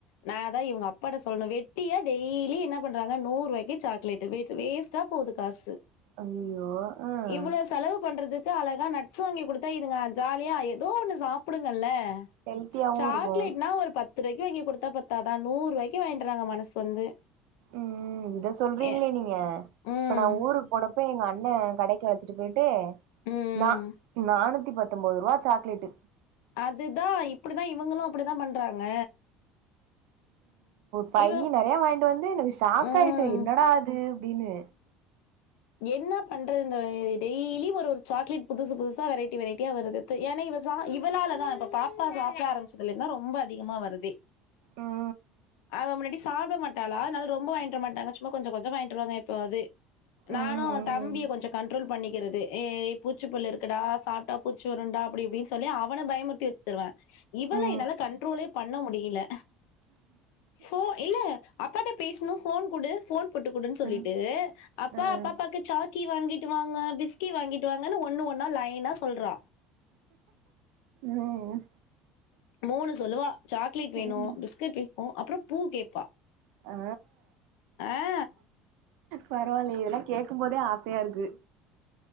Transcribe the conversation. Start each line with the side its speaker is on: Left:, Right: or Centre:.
Left: நான் அதான் இவங்க அப்பாட சொல்லணும் வெட்டியா டெய்லி என்ன பண்றாங்க நூறு ரூவாய்க்கு சாக்லெட் வேஸ்டா போகுது காசு
Right: ஐயோ ஆ
Left: இவ்ளோ செலவு பன்ரதுக் க்கு அழகா நட்ஸ் வாங்கி கொடுத்தா இதுங்க ஜாலியா ஏதோ ஒண்ணு சாப்டுங்கல்ல
Right: ஹெல்த்தியாவு
Left: சாக்லேட்னா
Right: இருக்கு
Left: ஒரு பத்து ரூபாய்க்கு வாங்கி கொடுத்தா பத்தாதான் நூறு ரூய்க்கு வாங்கிடுறாங்க மனசு வந்து
Right: ம் இத சொல்றீங்களே
Left: எ
Right: நீங்க
Left: ம்.
Right: இப்ப நான் ஊருக்கு போனப்ப எங்க அண்ணன் கடைக்கு அழச்சிட்டு போயிட்டு
Left: ம்.
Right: நா நானூத்தி பத்தொன்பது ரூபா சாக்லேட்டு
Left: அதுதா இப்பிடிதா இவுங்களு அப்படிதா பண்றாங்க
Right: பை
Left: இவ
Right: நறையா வாய்ன்ட்டு வந்து எனக்கு ஷாக்
Left: ம்.
Right: ஆயிட்டு என்னடாது அப்டின்னு
Left: என்னா பண்றது இந்த டெய்லி ஒரு ஒரு சாக்லேட் புதுசு புதுசா வெரைட்டி வெரைட்டியா வருது து ஏன்னா இவ சா இவளாலதா இப்ப பாப்பா சாப்ட ஆரம்பிச்சதுல இருந்தா ரொம்ப அதிகமா வருதே
Right: ம்
Left: அவ முன்னாடி சாப்ட மாட்டாலா அதனால ரொம்ப வாங்ட்டு வர மாட்டாங்க சும்மா கொஞ்ச கொஞ்ச வாங்கிட்டுவருவாங்க ப்போ அதே நானும்
Right: ம்
Left: அவன் தம்பியை கொஞ்சம் கன்ரோல் பண்ணிக்கிறது ஏய் பூச்சிப்பல்லு இருக்குடா சாப்ட்டா பூச்சுவருண்டா அப்டி இப்டின்னு சொல்லி அவனை பயமுறுத்தி வெச்சிருவன் இவளை
Right: ம் ம் ம்
Left: என்னால கண்ட்ரோலே பண்ண முடியல ஃபோ இல்ல அப்பாட்ட பேசணு ஃபோன் குடு போன் போட்டுக்குடுன்னு சொல்லிட்டு
Right: ம்
Left: அப்பா அப்பா
Right: ம்
Left: அப்பாப்பாக்கு சாக்கி வாங்கிட்டு வாங்க பிஸ்கி வாங்கிட்டு வாங்கன்னு ஒண்ணு ஒன்னா லைனா சொல்றா
Right: ம்
Left: மூணு சொல்லுவா சாக்லேட் வேணும்
Right: ம் ம்
Left: பிஸ்கட் வேணும் அப்றோ பூ கேட்பா
Right: ஆ
Left: ஆ.
Right: பரவாயில்லை இதெல்லா கேக்கும்போதே ஆசையா இருக்கு